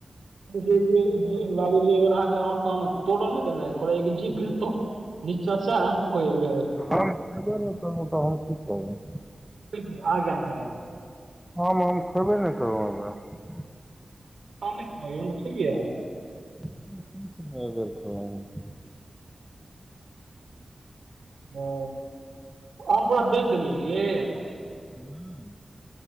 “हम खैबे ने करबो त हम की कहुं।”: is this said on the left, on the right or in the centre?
Centre